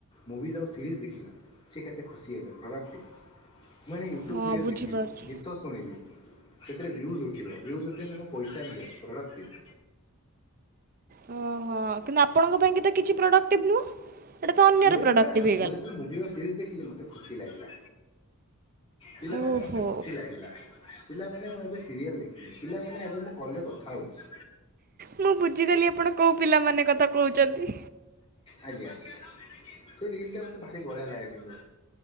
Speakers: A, on the left (about 25°); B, on the right (about 40°).
A: ମୁଭିଜ୍ ଆଉ ସିରିଜ୍ ଦେଖିଲା ସିଏ କେତେ ଖୁସି ହେଲେ ପ୍ରଡକ୍ଟିଭ୍। ମାନେ ୟୁଟ୍ୟୁବ୍
B: ହଁ
A: ଭିଡିଓ
B: ବୁଝିପାରୁଛି
A: ଦେଖିବି ଗୀତ ଶୁଣିବି ସେଥିରେ ଭ୍ୟୁଜ୍ ଉ ଠୀବ ଭ୍ୟୁଜ୍ ଉଠିଲେ ତାଙ୍କୁ ପଇସା ମିଳିବ ପ୍ରଡ଼କ୍ଟିଭ୍।
B: ହଁ। ହଁ କିନ୍ତୁ ଆପଣଙ୍କ ପାଇଁ କି ତ କିଛି ପ୍ରଡକ୍ଟିଭ ନୁହଁ ଏଇଟା ତ ଅନ୍ୟର
A: ମିଳିଲା
B: ପ୍ରଡକ୍ଟିଭ୍।
A: ନା ମୁଁ ଯେବେଳେଭି ମୁଭି ଓ ସିରି୍ ଦେଖିଲି ମତେ ଖୁସି ଲାଗିଲା ପିଲାମାନେ
B: ଓହୋ।
A: ମୋତେ ଖୁସି ଲାଗିଲା। ପିଲାମାନେ ମୁଁ ଏବେ ସରିଲ୍ ଦେଖି ପିଲାମାନେ। ଏବେ ମୁଁ କଲ୍ ରେ କଥା ହେଉଛି।
B: ମୁଁ ବୁଝିଗଲି ଆପଣ କୋଉ ପିଲା ମାନେ କଥା କହୁଛନ୍ତି।
A: ଆଜ୍ଞା ସେ ରିଲ ଟା ମତେ ଭାରି ବଢିଆ ଲାଗେ କିନ୍ତୁ।